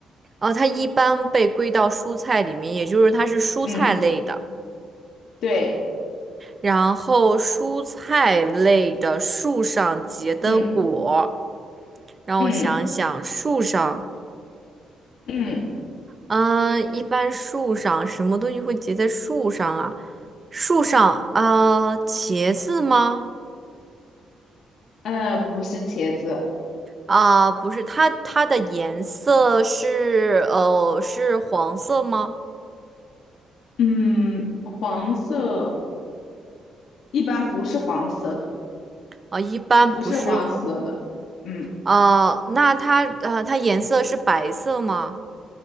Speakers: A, on the right; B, on the left.
A: 哦，它一般被归到蔬菜里面，也就是它是蔬菜类的。
B: 嗯，对，
A: 然后蔬菜类的树上结的果，
B: 嗯
A: 让我想想，
B: 嗯
A: 树上，
B: 嗯，
A: 嗯、一般树上什么东西会结在树上啊？树上，啊，茄子吗？
B: 呃，不是茄子。
A: 啊、不是，它它的颜色是呃是黄色吗？
B: 嗯，黄色一般不是黄色的，
A: 啊、一般不是黄，
B: 不是黄色的。嗯。
A: 啊、那它呃它颜色是白色吗？